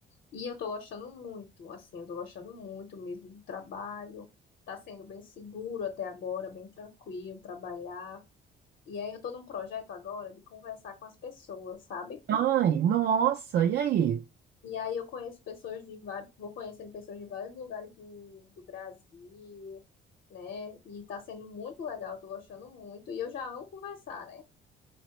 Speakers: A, on the left; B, on the right.
A: e eu tô gostando muito, assim, eu tô gostando muito mesmo do trabalho. Tá sendo bem seguro até agora, bem tranquilo trabalhar. E aí eu tô num projeto agora de conversar com as pessoas, sabe?
B: Ai, nossa, e aí?
A: E aí eu conheço pessoas de vários, vou conhecendo pessoas de vários lugares do, do Brasil, né? E tá sendo muito legal, tô gostando muito. E eu já amo conversar, né?